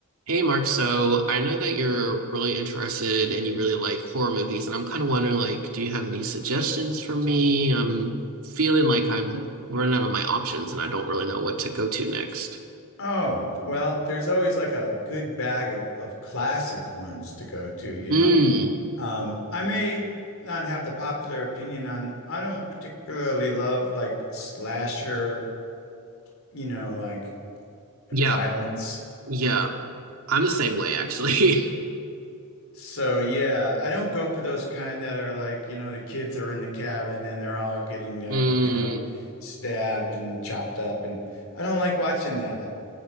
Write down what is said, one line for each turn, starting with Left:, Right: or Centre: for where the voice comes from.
Right: Hey Mark, so I know that you're really interested and you really like horror movies, and I'm kind of wondering like, do you have any suggestions for me? I'm feeling like I'm running out of my options and I don't really know what to go to next.
Left: Oh, well, there's always like a good bag of of classic ones to go to, you
Right: Mm,
Left: know. Um, I may not have the popular opinion on, I don't particularly love like slasher, you know, like
Right: yeah,
Left: violence.
Right: yeah. I'm the same way actually. <laughs>
Left: So yeah, I don't go for those kind that are like, you know, the kids are in the cabin and they're all getting like,
Right: Mm,
Left: you know, stabbed and chopped up and I don't like watching that.